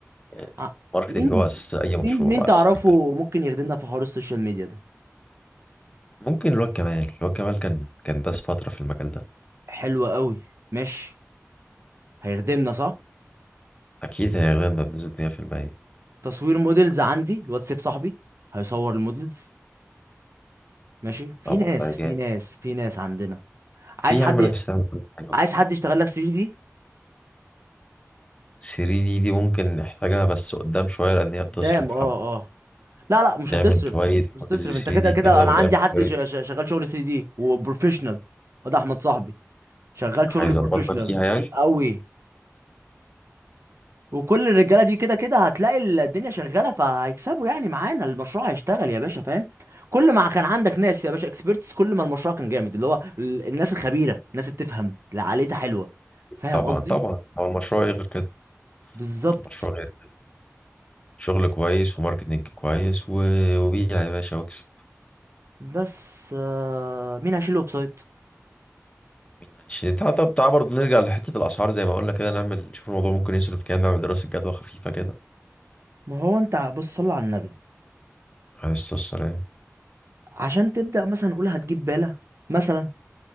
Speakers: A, on the left; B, on the right.
A: يعني
B: ع-
A: الماركتنج
B: مين
A: هو اساس اي
B: مين
A: مشروع
B: مين
A: واساس
B: تعرفه
A: أي حاجة.
B: ممكن يخدمنا في حوار السوشيال ميديا ده
A: ممكن الواد كمال الواد كمال كان كان داس فتره في المجال ده
B: حلو قوي ماشي هيخدمنا صح
A: اكيد هيغنى بنسبه 100%
B: تصوير موديلز عندي الواتساب صاحبي هيصور الموديلز ماشي في
A: طبعا
B: ناس
A: ده جامد
B: في ناس في ناس عندنا
A: في
B: عايز
A: يا
B: حد
A: عم ناس تعمل كل حاجة
B: عايز حد يشتغل لك 3 دي
A: 3 دي دي ممكن نحتاجها بس قدام شوية لأن هي
B: قدام
A: بتصرف
B: اه
A: حبة
B: اه لا لا مش
A: نعمل
B: هتصرف
A: شوية
B: مش هتصرف
A: موديلز
B: انت
A: 3
B: كده
A: دي
B: كده
A: كده
B: انا
A: ونعمل
B: عندي حد
A: شوية
B: ش- ش- شغال شغل 3 دي وبروفيشنال وده احمد صاحبي شغال
A: هيظبطنا
B: شغل بروفيشنال
A: فيها يعني
B: قوي وكل الرجاله دي كده كده هتلاقي الدنيا شغاله فهيكسبوا يعني معانا المشروع هيشتغل يا باشا فاهم كل ما كان عندك ناس يا باشا اكسبيرتس كل ما المشروع كان جامد اللي هو ال- الناس الخبيره الناس اللي بتفهم اللي عقليتها حلوه فاهم
A: طبعا
B: قصدي
A: طبعا هو المشروع إيه غير كده
B: بالظبط
A: المشروع غير شغل كويس وماركتنج كويس و... وبيع يا باشا واكسب
B: بس آه، مين هيشيل الويب سايت
A: مين عايشين؟ تعال طب تعال برضه نرجع لحتة الأسعار زي ما قلنا كده نعمل نشوف الموضوع ممكن يصرف كام نعمل دراسة جدوى خفيفة كده
B: ما هو انت بص صل على النبي
A: عليه الصلاة والسلام
B: عشان تبدأ مثلا نقول هتجيب بالة مثلا